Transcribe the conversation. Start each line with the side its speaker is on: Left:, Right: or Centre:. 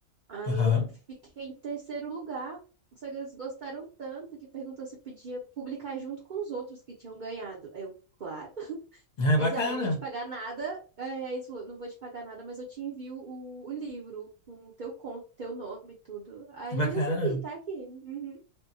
Right: Aí
Left: Aham.
Right: eu fiquei em terceiro lugar. Só que eles gostaram tanto que perguntou se podia publicar junto com os outros que tinham ganhado. Aí Eu, claro. <laughs>
Left: Ah, é bacana.
Right: Eles, ah, não vou te pagar nada. É, eles falou, não vou te pagar nada, mas eu te envio o, o livro com o teu conto, teu nome e tudo. Aí
Left: Que bacana.
Right: eu recebi, tá aqui. Uhum.